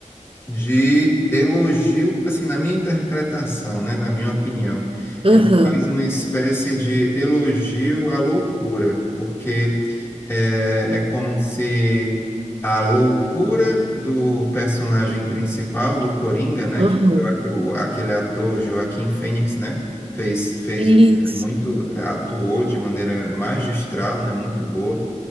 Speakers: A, on the left; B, on the right.
A: de elogio, assim, na minha interpretação, né, na minha opinião,
B: aham,
A: ele faz uma espécie de elogio à loucura, porque é, é como se a loucura do personagem principal, do Coringa, né,
B: aham.
A: que o, Joa- o- aquele ator Joaquim Fênix, né, fez, fez
B: Isso.
A: de maneira muito, atuou de maneira magistral, né, muito boa